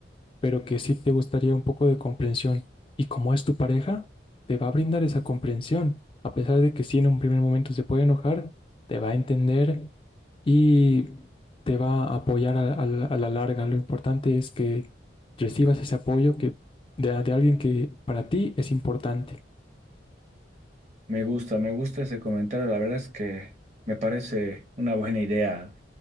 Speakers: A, on the left; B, on the right.
A: pero que sí te gustaría un poco de comprensión. Y como es tu pareja, te va a brindar esa comprensión. A pesar de que sí en un primer momento se puede enojar, te va a entender y te va a apoyar a, a la a la larga. Lo importante es que recibas ese apoyo que, de, de alguien que para ti es importante.
B: Me gusta, me gusta ese comentario. La verdad es que me parece una buena idea.